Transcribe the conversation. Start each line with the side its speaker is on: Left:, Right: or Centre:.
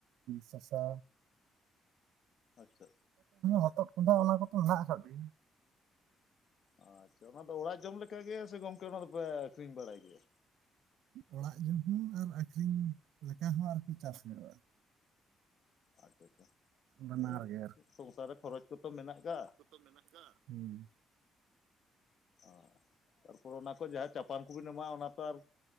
Right: ᱥᱚᱥᱟ᱾
Left: ᱟᱪᱪᱷᱟ
Right: ᱦᱚᱛᱚᱛ ᱠᱚᱸᱰᱷᱟ
Left: ᱟᱪᱪᱷᱟ
Right: ᱚᱱᱟ ᱠᱚᱛᱚ, ᱢᱮᱱᱟᱜ ᱟᱠᱟᱫ ᱜᱮ᱾
Left: ᱟᱪᱪᱷᱟ ᱚᱱᱟ ᱫᱚ ᱚᱲᱟᱜ ᱡᱚᱢ ᱞᱮᱠ ᱜᱮ, ᱥᱮ ᱜᱚᱝᱠᱮ ᱚᱱᱟ ᱫᱚᱯᱮ ᱟᱹᱷᱨᱤᱧ ᱵᱟᱲᱟᱭ ᱜᱮᱭᱟ?
Right: ᱚᱲᱟᱜ ᱡᱚᱢ ᱦᱚᱸ, ᱟᱨ ᱟᱹᱠᱷᱨᱤᱧᱟ ᱞᱮᱠᱟ ᱦᱚᱸ, ᱟᱨᱠᱤ ᱪᱟᱥ ᱦᱩᱭᱩᱜᱼᱟ᱾
Left: ᱟᱪᱪᱷᱟ ᱟᱪᱪᱷᱟ,
Right: ᱵᱟᱱᱟᱨ
Left: ᱡᱟᱭ ᱦᱳᱠ
Right: ᱜᱮ
Left: ᱥᱚᱝᱥᱟᱨ ᱨᱮ, ᱠᱷᱚᱨᱚᱪ ᱠᱚᱛᱚ ᱢᱮᱱᱟᱜ ᱠᱟᱜᱼᱟ᱾
Right: ᱠᱚ ᱢᱮᱱᱟᱜ ᱠᱟᱜᱼᱟ, ᱦᱩ᱾
Left: ᱚ, ᱛᱟᱨ ᱯᱚᱨ ᱚᱱᱟ ᱠᱷᱚᱡ ᱡᱟᱦᱟᱸ ᱪᱟᱯᱟᱱ ᱠᱚᱵᱤᱱ ᱮᱢᱟᱜᱼᱟ, ᱚᱱᱟ ᱛᱚ ᱟᱨ